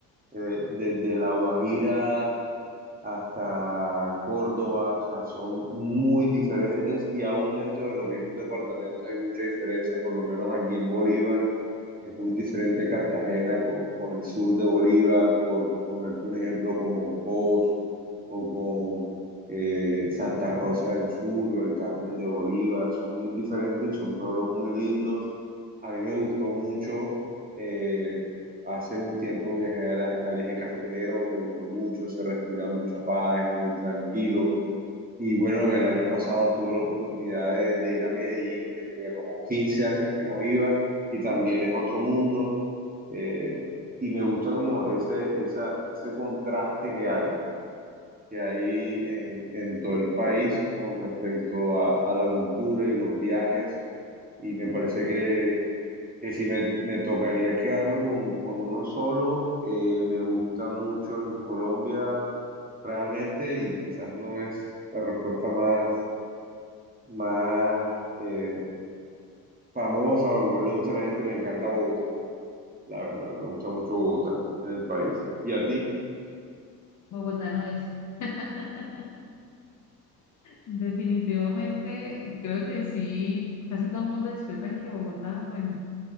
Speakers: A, on the right; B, on the left.
A: eh, desde La Guajira hasta Córdoba, o sea, son muy diferentes y aún dentro de los mismos departamentos hay mucha diferencia, por lo menos aquí en Bolívar. Es muy diferente Cartagena con, con el sur de Bolívar, por ponerte un ejemplo con Monpós o con eh, Santa Rosa del Sur o el Carmen de Bolívar. Son muy diferentes y son pueblos muy lindos. A mí me gustó mucho. eh, hace un tiempo viajé al, al eje cafetero, me gustó mucho, se respira mucha paz, es muy tranquilo. Y bueno, el año pasado tuve la oportunidad de, de ir a Medellín, que tenía como 15 años que no iba, y también es otro mundo. eh, y me gusta como ese, esa, ese contraste que hay, que hay en, en todo el país con respecto a, a la cultura y los viajes. Y me parece que que si me, me tocaría quedarme con, con uno solo, eh, me gusta mucho en Colombia realmente y quizás no es la respuesta más, más eh, famosa o lo que más le gusta a la gente, me encanta Bogotá, la verdad, me gusta mucho Bogotá en el país. ¿Y a ti?
B: Bogotá no es. <laughs> Definitivamente, creo que sí, casi todo el mundo discrepa en que Bogotá, bueno.